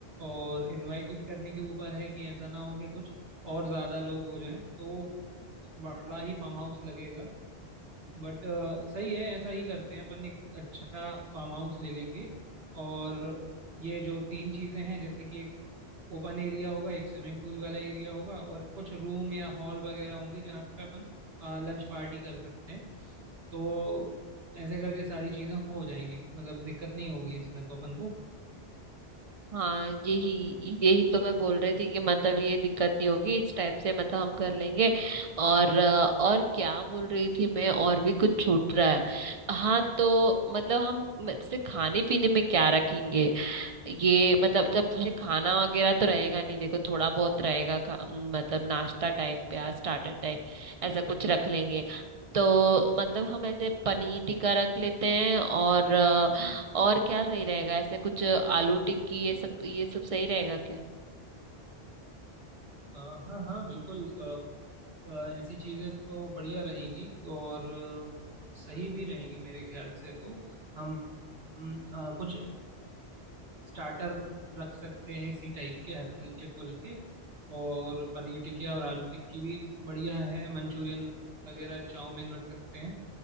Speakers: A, on the right; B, on the right.
A: और इनवाइट करने के ऊपर है कि ऐसा ना हो कि कुछ और ज्यादा लोग हो जाएं तो बड़ा ही फार्म हाउस लगेगा बट अ, सही है ऐसा ही करते हैं अपन एक अच्छा फार्म हाउस ले लेंगे और ये जो तीन चीजें हैं जैसे कि एक ओपन एरिया होगा एक स्विमिंग पूल वाला एरिया होगा और कुछ रूम या हॉल वगैरह होंगे जहाँ पे अपन लंच पार्टी कर सकते हैं तो ऐसे करके सारी चीजें हो जाएंगी मतलब दिक्कत नहीं होगी इसमें तो अपन को
B: हाँ यही यही तो मैं बोल रही थी कि मतलब ये दिक्कत नहीं होगी इस टाइप से मतलब हम कर लेंगे और अ, और क्या बोल रही थी मैं और भी कुछ छूट रहा है हाँ तो मतलब हम म- जैसे खाने पीने में क्या रखेंगे ये मतलब जब तुझे खाना वगैरह तो रहेगा नहीं देखो थोड़ा बहुत रहेगा खा, मतलब नाश्ता टाइप या स्टार्टर टाइप ऐसा कुछ रख लेंगे तो मतलब हम ऐसे पनीर टिक्का रख लेते हैं और अ, और क्या सही रहेगा ऐसे कुछ आलू टिक्की ये सब ये सब सही रहेगा क्या
A: अ, हाँ हाँ बिल्कुल अ, अ, ऐसी चीज़ें तो बढ़िया रहेंगी और अ, सही भी रहेंगी मेरे ख्याल से तो हम हम, अ, कुछ स्टार्टर रख सकते हैं इसी टाइप के हल्के फुल्के और पनीर टिकिया और आलू टिक्की भी बढ़िया है मंचूरियन वगैरह चाउमीन रख सकते हैं